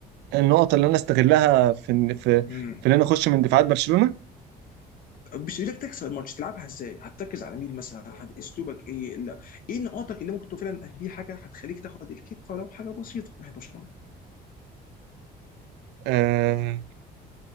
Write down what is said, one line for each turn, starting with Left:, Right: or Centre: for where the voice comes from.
Right: النقط اللي انا استغلها في إن- في
Left: امم
Right: في ان انا اخش من دفاعات برشلونة
Left: مش ايدك تكسب الماتش تلعبها ازاي؟ هتركز على مين مثلا؟ هت- اسلوبك ايه؟ لا. ايه نقاطك اللي ممكن تكون فعلا دي حاجه هتخليك تاخد الكفه ولو حاجه بسيطه ناحيه برشلونه؟
Right: آه...